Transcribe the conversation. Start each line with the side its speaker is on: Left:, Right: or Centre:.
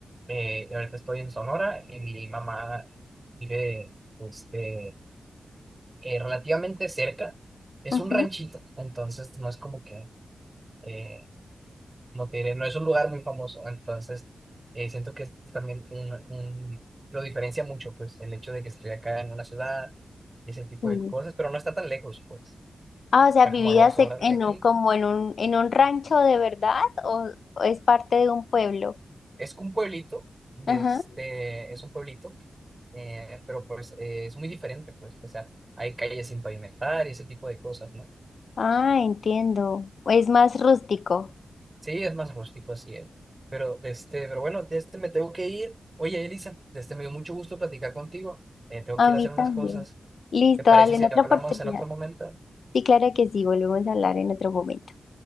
Right: eh, ahorita estoy en Sonora y mi mamá vive este, eh, relativamente cerca. Es
Left: Ujú,
Right: un ranchito, entonces no es como que... eh, como te diré, no es un lugar muy famoso, entonces eh, siento que es también un, un- lo diferencia mucho, pues, el hecho de que esté acá en una ciudad y ese tipo
Left: sí.
Right: de cosas, pero no está tan lejos, pues,
Left: Ah, o sea,
Right: está
Left: ¿vivías
Right: como a dos horas
Left: e- en
Right: de aquí.
Left: un- como en un, en un rancho de verdad o, o es parte de un pueblo?
Right: Es un pueblito, de
Left: Ajá.
Right: este, es un pueblito, eh, pero pues eh, es muy diferente, pues, o sea, hay calles sin pavimentar y ese tipo de cosas, ¿no?
Left: Ah, entiendo. Es más rústico.
Right: Sí, es más rústico, así es. Pero, de este, pero bueno, de este me tengo que ir. Oye, Elisa, de este me dio mucho gusto platicar contigo. Eh, tengo
Left: A
Right: que ir a
Left: mí
Right: hacer
Left: también.
Right: unas cosas.
Left: Listo,
Right: ¿Te parece
Left: dale
Right: si
Left: en otra
Right: hablamos
Left: oportunidad.
Right: en otro momento?
Left: Sí, claro que sí, volvemos a hablar en otro momento.